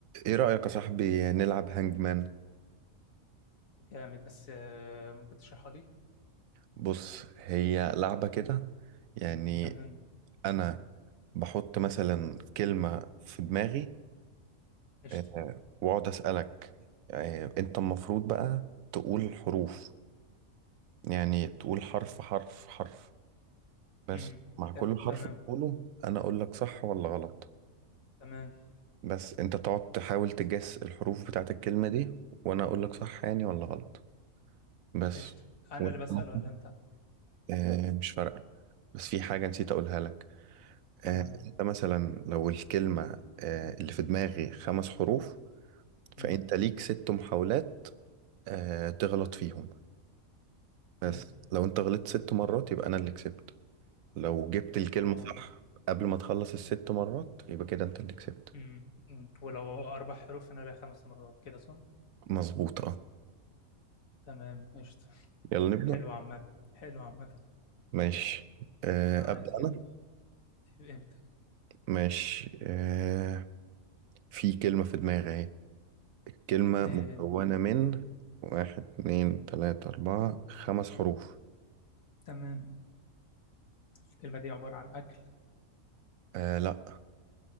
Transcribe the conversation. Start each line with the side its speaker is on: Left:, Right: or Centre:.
Right: ايه رأيك يا صاحبي نلعب هانج مان
Left: جامد بس آه، ممكن تشرحها لي
Right: بص هي لعبة كده يعني
Left: تمام
Right: انا بحط مثلا كلمة في دماغي
Left: قشطة
Right: آه، واقعد اسألك آه، انت المفروض بقى تقول حروف يعني تقول حرف حرف حرف بس
Left: امم
Right: مع كل
Left: ت-
Right: حرف
Left: تمام
Right: تقوله انا اقول لك صح ولا غلط
Left: تمام
Right: بس انت تقعد تحاول تجس الحروف بتاعت الكلمة دي وانا اقول لك صح يعني ولا غلط بس
Left: قشطة انا
Right: وانت
Left: اللي بسأل
Right: مثلاً،
Left: ولا انت
Right: آه، مش فارقة بس في حاجة نسيت أقولها لك
Left: تمام
Right: آه، أنت مثلا لو الكلمة آه، اللي في دماغي خمس حروف فأنت
Left: امم
Right: ليك ست محاولات آه، تغلط فيهم بس
Left: امم
Right: لو أنت غلطت ست مرات يبقى أنا اللي كسبت لو جبت الكلمة
Left: اه
Right: صح قبل ما تخلص الست مرات يبقى كده أنت اللي كسبت
Left: امم أمم. ولو اربع حروف انا لها خمس مرات كده صح
Right: مظبوط أه
Left: تمام قشطة
Right: يلا نبدأ
Left: حلو عامة حلو عامة
Right: ماشي آه،
Left: معاك
Right: أبدأ
Left: يلا
Right: أنا
Left: ابدأ
Right: ماشي آه، في كلمة في دماغي أهي الكلمة
Left: آه،
Right: مكونة من واحد اتنين تلاتة أربعة خمس حروف
Left: تمام الكلمة دي عبارة عن أكل
Right: آه لا